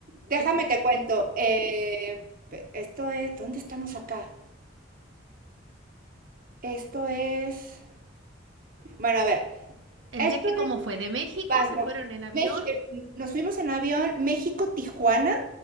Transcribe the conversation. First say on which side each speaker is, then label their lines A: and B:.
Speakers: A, on the right; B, on the right.
A: déjame te cuento. eh, pe- esto es, ¿dónde estamos acá? Esto es, bueno, a ver.
B: ¿El
A: Esto
B: viaje cómo fue? ¿De México
A: Bangkok.
B: se fueron en avión?
A: Meji- eh, nos fuimos en avión México-Tijuana,